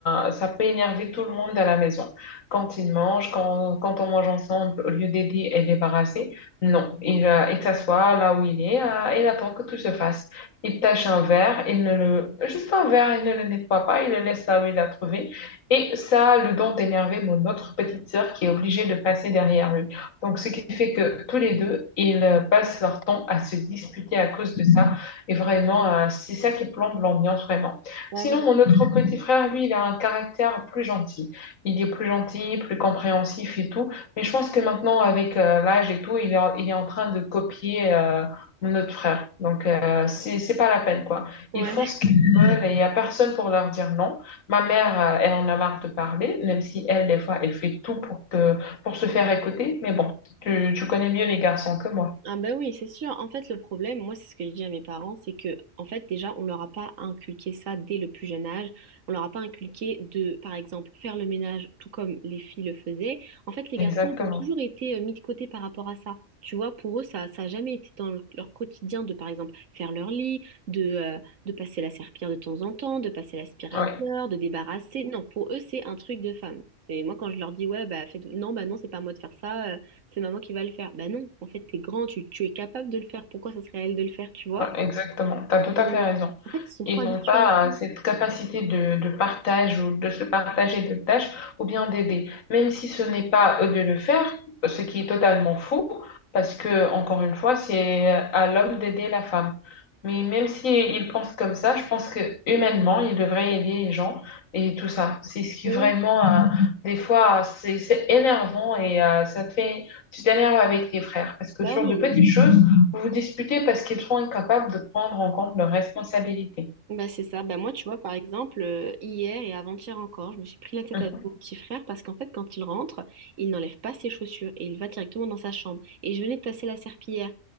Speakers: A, on the left; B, on the right.
A: euh, ça peut énerver tout le monde à la maison. Quand il mange, quand, quand on mange ensemble, au lieu d'aider et débarrasser, non, il, euh, il s'assoit là où il est euh, et il attend que tout se fasse. Il tâche un verre, il ne le, juste un verre, il ne le nettoie pas, il le laisse là où il l'a trouvé. Et ça le don d'énerver mon autre petite sœur qui est obligée de passer derrière lui. Donc, ce qui fait que tous les deux, ils euh, passent leur temps à se disputer à cause de ça. Et vraiment, euh, c'est ça qui plombe l'ambiance vraiment.
B: Bah
A: Sinon,
B: oui.
A: mon autre petit frère, lui, il a un caractère plus gentil. Il est plus gentil, plus compréhensif et tout. Mais je pense que maintenant, avec euh, l'âge et tout, il est, il est en train de copier euh, mon autre frère. Donc, euh, c'est, c'est pas la peine, quoi.
B: Ouais.
A: Ils font ce qu'ils veulent et il n'y a personne pour leur dire non. Ma mère, euh, elle en a marre de parler, même si elle, des fois, elle fait tout pour que, pour se faire écouter. Mais bon, tu, tu connais mieux les garçons que moi.
B: Ah ben oui, c'est sûr. En fait, le problème, moi, c'est ce que je dis à mes parents, c'est que, en fait, déjà, on leur a pas inculqué ça dès le plus jeune âge. On leur a pas inculqué de, par exemple, faire le ménage tout comme les filles le faisaient. En fait, les garçons,
A: Exactement.
B: ils ont toujours été euh, mis de côté par rapport à ça. Tu vois, pour eux, ça, ça a jamais été dans le- leur quotidien de, par exemple, faire leur lit, de, euh, de passer la serpillière de temps en temps, de passer l'aspirateur,
A: Oui,
B: de débarrasser. Non, pour eux, c'est un truc de femme. C'est moi quand je leur dis, ouais, bah, faites... non, bah non, c'est pas à moi de faire ça c'est maman qui va le faire. Bah non, en fait, t'es grand, tu, tu es capable de le faire. Pourquoi ça serait à elle de le faire, tu vois?
A: Ouais, exactement. Tu as tout
B: Bon,
A: à fait raison.
B: En fait, ils sont trop
A: et
B: habitués
A: non pas
B: à
A: à
B: ça.
A: cette capacité de, de partage ou de se partager de tâches ou bien d'aider. Même si ce n'est pas eux de le faire, ce qui est totalement faux, parce que, encore une fois, c'est à l'homme d'aider la femme. Mais même s'ils pensent comme ça, je pense que humainement, ils devraient aider les gens et tout ça. C'est ce qui
B: Bah
A: vraiment,
B: oui.
A: euh, des fois, c'est c'est énervant et euh, ça te fait, tu t'énerves avec tes frères. Parce que
B: Bah
A: sur
B: oui.
A: de petites choses, vous vous disputez parce qu'ils sont incapables de prendre en compte leurs responsabilités.
B: Bah c'est ça. Bah moi, tu vois, par exemple, euh, hier et avant-hier encore, je me suis pris la tête
A: Mhm,
B: avec mon petit frère parce qu'en fait, quand il rentre, il n'enlève pas ses chaussures et il va directement dans sa chambre. Et je venais de passer la serpillière.